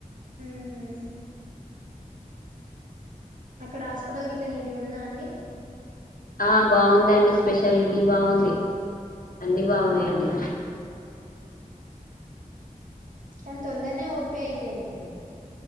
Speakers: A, on the right (about 65°); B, on the left (about 75°).
A: ఉమ్ అక్కడ హాస్పిటల్ గిట్లా నీటిగా ఉందా అండి
B: ఆ బాగుందండి స్పెషాలిటీ బాగుంది అన్ని
A: మ్మ్
B: బాగున్నాయండి
A: కానీ తొందరనే ఓపె అయిపోయింది మీది